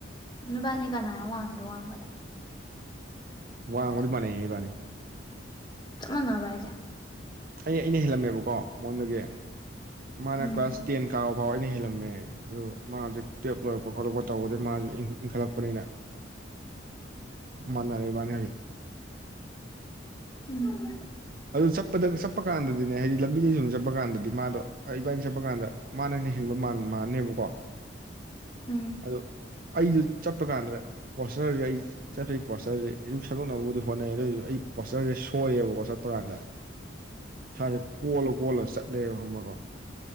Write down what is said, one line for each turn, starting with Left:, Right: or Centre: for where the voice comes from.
Left: ꯏꯕꯥꯅꯤ ꯀꯅꯥꯅ ꯋꯥꯡꯒꯦ ꯋꯥꯡꯕꯗ
Right: ꯋꯥꯡꯃꯗꯤ ꯃꯥꯟꯅꯩ ꯑꯩ ꯏꯕꯥꯅꯤ
Left: ꯇꯨꯃꯅꯔꯥꯏꯖꯦ
Right: ꯑꯩ ꯑꯩꯅ ꯍꯦꯜꯂꯝꯃꯦꯕꯀꯣ ꯃꯉꯣꯟꯗꯒꯤ ꯃꯥꯅ
Left: ꯎꯝ
Right: ꯀ꯭ꯂꯥꯁ ꯇꯦꯟ ꯀꯥꯕ ꯐꯥꯎ ꯑꯩꯅ ꯍꯦꯜꯂꯝꯃꯦ ꯑ ꯃꯥ ꯍꯧꯖꯤꯛ ꯇꯦꯞ ꯂꯣꯏꯔꯛꯄ ꯈꯣꯠꯂꯛꯄ ꯇꯧꯕꯗꯒꯤ ꯃꯥꯁꯨ ꯏꯟꯈꯠꯂꯛꯄꯅꯤꯅ ꯃꯅꯔꯦ ꯃꯥꯅꯦ
Left: ꯎꯝ
Right: ꯑꯗꯨ ꯆꯠꯄꯗ ꯆꯠꯄ ꯀꯥꯟꯗꯗꯤꯅꯦ ꯍꯥꯏꯗꯤ ꯂꯝꯕꯤꯗꯩ ꯁꯨꯝ ꯆꯠꯄ ꯀꯥꯟꯗꯗꯤ ꯃꯥꯗꯣ ꯏꯕꯥꯏꯅ ꯆꯠꯄ ꯀꯥꯟꯗ ꯃꯥꯅꯅ ꯍꯦꯟꯕ ꯃꯥꯅꯦꯕꯀꯣ
Left: ꯎꯝ
Right: ꯑꯗꯣ ꯑꯩꯁꯨ ꯆꯠꯄ ꯀꯥꯟꯗ ꯄꯣꯁꯇꯔꯁꯦ ꯑꯩ ꯆꯠꯄꯒꯤ ꯄꯣꯁꯇꯔꯁꯦ ꯑꯗꯨꯝ ꯁꯦꯝꯟꯗꯣꯛꯅꯕꯕꯨꯗꯤ ꯍꯣꯠꯅꯩ ꯑꯗꯨ ꯑꯣꯏꯔꯁꯨ ꯑꯩ ꯄꯣꯁꯇꯔꯁꯦ ꯁꯣꯏꯑꯦꯕꯣ ꯄ꯭ꯔꯥꯟꯗ ꯏꯁꯥꯁꯦ ꯀꯣꯜꯂ ꯀꯣꯜꯂ ꯆꯠꯂꯦꯕ ꯍꯪꯕꯀꯣ